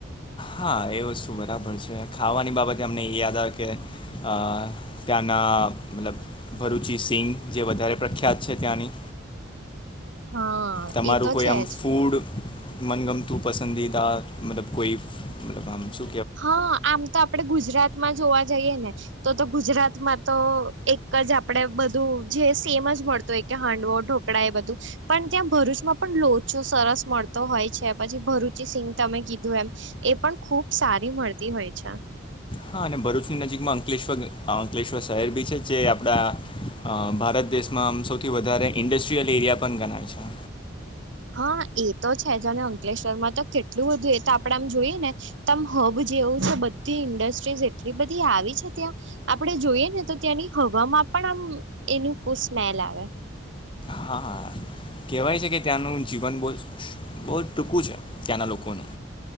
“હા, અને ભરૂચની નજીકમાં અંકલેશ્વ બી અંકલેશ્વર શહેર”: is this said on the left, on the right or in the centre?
Left